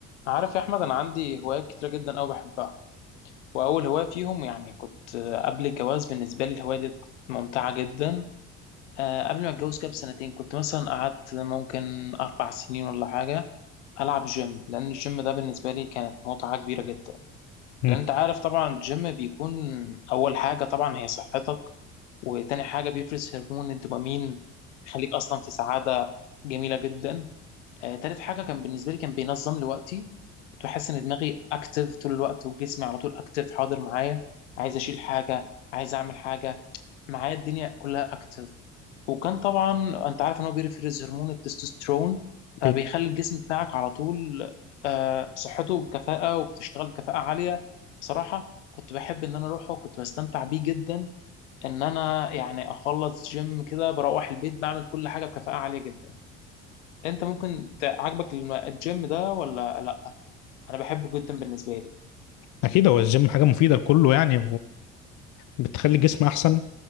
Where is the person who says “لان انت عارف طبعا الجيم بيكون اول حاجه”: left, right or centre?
Left